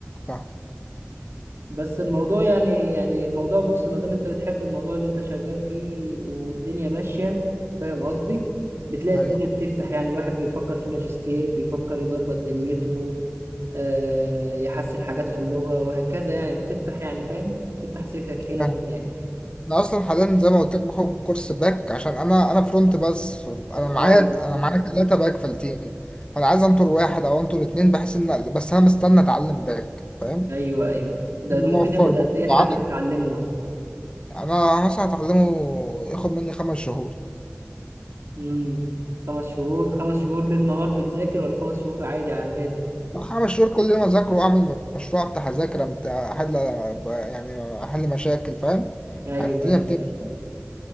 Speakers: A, on the left; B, on the right.
A: فاهم
B: بس الموضوع يعني يعني الموضوع بص ما دام أنت بتحب الموضوع اللي أنت شغال فيه والدنيا ماشية فاهم قصدي بتلاقي
A: أيوه
B: الدنيا
A: فاهم
B: بتفتح يعني الواحد بيفكر في ماجستير بيفكر يظبط دنيته آه يحسن حاجات في اللغة وهكذا يعني بتفتح يعني فاهم تفتح سكك هنا
A: فاهم.
B: وهنا يعني
A: أنا أصلا حاليا زي ما قلت لك باخد كورس باك عشان أنا أنا فرونت بس أنا معايا
B: اه
A: أنا معايا تلاتة باك في التيم فأنا عايز أنطر واحد أو أنطر اتنين بحيث إن بس أنا مستني أتعلم باك فاهم؟
B: ايوه ايوه ده
A: إن
B: ممكن
A: هو أوفر
B: ياخد
A: برضه
B: قد ايه لحد
A: عدد
B: ما تتعلمه مثلا
A: أنا مثلا هتعلمه ياخد مني خمس شهور
B: امم خمس شهور خمس شهور ليل نهار بتذاكر ولا خمس شهور عادي على الهادي
A: خمس شهور كل يوم أذاكر وأعمل مشروع أفتح أذاكر أمت- أحل يعني أحل مشاكل فاهم
B: ايوه
A: يعني الدنيا
B: ايوه
A: بتمشي
B: ايوه